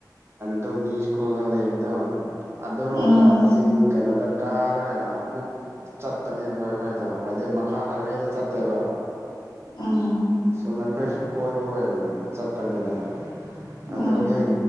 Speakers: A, on the right (about 35°); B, on the left (about 80°).
A: ꯗꯣꯝꯅꯤ ꯁ꯭ꯀꯨꯜꯒ ꯂꯩꯕꯗꯣ ꯑꯗꯨꯔꯣꯝꯗ
B: ꯎꯝ
A: ꯆꯤꯡ ꯀꯩꯅꯣꯗ ꯀꯥꯔꯒ ꯑꯃꯨꯛ ꯆꯠꯄꯅꯦꯕꯀꯣ ꯑꯩꯈꯣꯏꯗꯣ ꯍꯥꯏꯗꯤ ꯃꯈꯥ ꯍꯥꯏꯋꯦꯗ ꯆꯠꯇꯦꯕ
B: ꯑꯥ
A: ꯑꯗꯨꯝ ꯑꯩꯈꯣꯏꯁꯨ ꯀꯣꯏꯕ ꯑꯣꯏꯅ ꯆꯠꯄꯅꯤꯗ ꯑꯗꯨ
B: ꯎꯝ
A: ꯍꯦꯛ